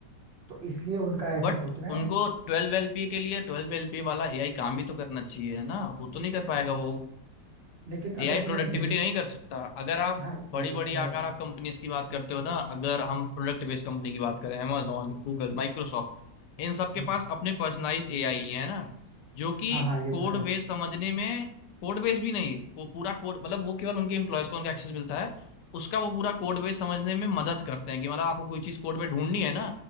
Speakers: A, on the right; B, on the left.
A: तो इसलिए उनका ऐसा
B: बट
A: सोचना
B: उनको
A: है
B: ट्वेल्व एलपीए के लिए ट्वेल्व एलपीए वाला एआई काम भी तो करना चाहिए है ना वो तो नहीं कर
A: हाँ,
B: पाएगा वो
A: लेकिन
B: एआई
A: अगर
B: प्रोडक्टिविटी
A: तुमने न्यूज
B: नहीं कर सकता अगर आप
A: हाँ ये
B: बड़ी
A: बात
B: बड़ी
A: तो
B: आकार
A: है
B: आप कंपनीज की बात करते हो ना अगर हम प्रोडक्ट बेस्ड कंपनी की बात करें amazon गूगल माइक्रोसॉफ्ट इन सब के
A: हम्म।
B: पास अपने पर्सनलाइज्ड एआई है ना जो कि
A: हाँ हाँ ये
B: कोड
A: तो है
B: बेस समझने में कोड बेस भी नहीं वो पूरा कोड मतलब वो केवल उनके एम्प्लॉयज को उनका एक्सेस मिलता है उसका वो पूरा कोड बेस समझने में मदद करते हैं कि मतलब आपको कोई चीज कोड में ढूंढनी है ना